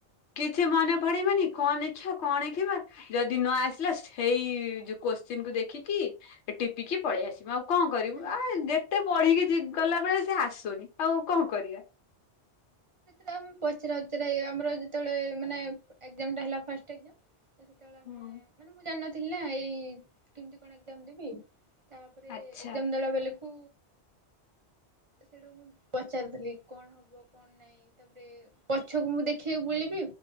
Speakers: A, on the left (about 75°); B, on the right (about 30°).
A: କିଛି ମନେ ପଡିବନି କଣ ନେଖିଆ, କଣ ନେଖିବା ଯଦି ନ ଆସିଲା ସେଇ ଯୋଗୁ କୋଶ୍ଚିିନକୁୁ ଦେଖିକି ଟିପିକି ପଳେଇ ଆସିବ ଆଉ କଣ କରିବୁ
B: ନାହିଁ।
A: ଆ ଯେତେ ପଢିକି ଗଲାବେେଳେ ସେ ଆସୁନି ଆଉ କଣ କରିବା?
B: ତମ୍ ପଚରାଉଚରା ଇଏ ଆମର ଯେତେବେଳେ ମାନେ ଏକ୍ଜାମ ଟା ହେଲା ଫାଷ୍ଟ ଏକ୍ଜାମ। <unintelligible>
A: ହୁଁ।
B: ଜାଣି ନଥିଲି ନା ଏଇ କେମିତି କଣ ଏକ୍ଜାମ ଦେବି ତାପରେ
A: ଆଚ୍ଛା
B: ଏକ୍ଜାମ ଦେଲା ବେଳକୁ ସେଟୁ ମୁଁ ପଚାରୁଥିଲି କଣ ହବ? କଣ ନାଇଁ ତାପରେ ପଛକୁ ମୁଁ ଦେଖିକି ବୁଲିବି